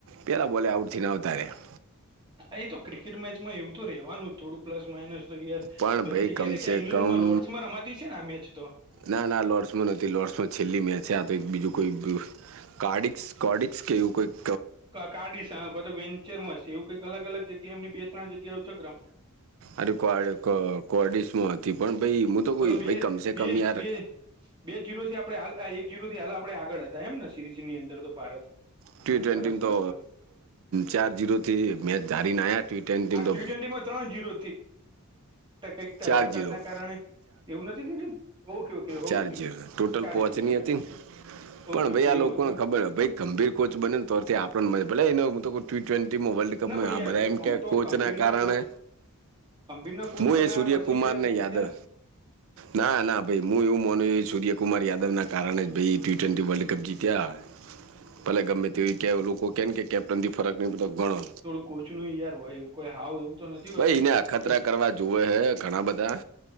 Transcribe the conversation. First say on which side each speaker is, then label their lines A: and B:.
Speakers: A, on the right (about 65°); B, on the right (about 20°).
A: પહેલાં બોલે આઉટથી ન આવતા રહ્યા.
B: એ તો ક્રિકેટ મેચમાં એવું તો રહેવાનું થોડુંક પ્લસ માઇનસ તો યાર
A: પણ
B: બધી
A: ભાઈ
B: જગ્યા
A: કમસે
B: રેખ્યા ઈંગ્લેન્ડમાં
A: કમ
B: લોર્ડસમાં રમાતી છે ને આ મેચ તો
A: ના ના લોર્સમાં નથી, લોર્ડસમાં છેલ્લી મેચ સ્યાં તો એક બીજું કોઈ કાર્ડિક્સ કોડિક્સ કે એવું કોઈક
B: કાઢીશ આખો તો વેન્ચરમાં હશે એવું કઈક અલગ અલગ જગ્યા એમની બે ત્રણ જગ્યાઓ છે ગ્રાઉંડ.
A: અરેડીસમાં હતી પણું તો કોઈ
B: બે
A: કમસે
B: બે
A: કમ યાર
B: બે બે જીરોથી આપણે એક જીરોથી હાલ આપે આગળ હતા એમ સિરીઝની અંદર તો ભારત.
A: ટી
B: હમ
A: ટ્વેન્ટી
B: સરસ સરસ
A: તો
B: કેવાય
A: ચાર જીરો થી મેચ ધારીને આવ્યા. ટ્વેન્ટી
B: આ ટી
A: તો
B: ટવેન્ટીમાં ત્રણ જીરો કઈક
A: ચાર
B: વરસાદના
A: જીરો
B: કારણે એવું નથી થય ગયુ okay okay.
A: charge
B: Okay okay
A: total
B: ચાર
A: પહોંચની
B: જીરો થી હારેલા
A: હતી ને
B: ઓકે
A: પણ
B: ઓકે
A: ભાઈ
B: એવું
A: આ લોકોને
B: હતું એમ.
A: ખબર ભઈ ગંભીર કોચ બનેને તારથી આપ મ ભલે એ ટી ટ્વેન્ટી વર્લ્ડ કપ
B: ના પણ
A: આ
B: યાર
A: બધા
B: ક-
A: એમ
B: આમ
A: કે
B: તો
A: કોચ
B: ગંભીરના
A: મના કારણે
B: કોચ ગંભીરના કોચ
A: હું
B: બનાયા
A: એ સૂર્યકુમારને
B: પછી યાર જીત્યા
A: યાદવ
B: ને
A: ના ના ભાઈ. હું એવું માનું કે સૂર્યકુમાર યાદવના કારણે જ ભાઈ એ ટી ટ્વેન્ટી વર્લ્ડ કપ જીત્યા. પલા ગમે તે કે લોકો કે કે કેપ્ટનથી ફરક નહ પ ગણો
B: કોચ નું યાર હોય એવું કોઈ આવ એવું. તો નથી
A: ભાઈ
B: હોતું
A: એને અખતરા
B: કે
A: કરવા જોવે હે ઘણા બધા.